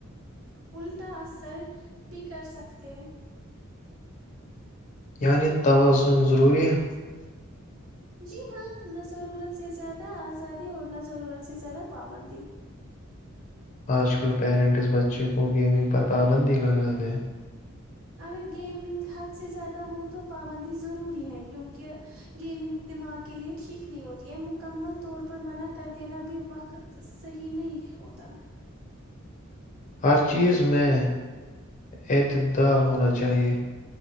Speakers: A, on the right; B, on the left.
A: الٹا اثر بھی کرسکتے ہیں
B: یعنی توازون ضروری
A: جی ہاں نہ ضرورت سے زیادہ آزادی اور نہ ضرورت سے زیادہ پابندی
B: آج کل پیرنٹس بچے کو گیمنگ پر پابندی لگا دیں
A: اگر گیمنگ حد سے زیادہ ہو تو پابندی ضروری ہے کیونکہ گیمنگ دماغ کے لئے ٹھیک نہیں ہوتی ہے مکمل طور پر منع کر دینا بھی وقت صحیح نہیں ہوتا
B: ہر چیز میں اعتدال ہونا چاہیئے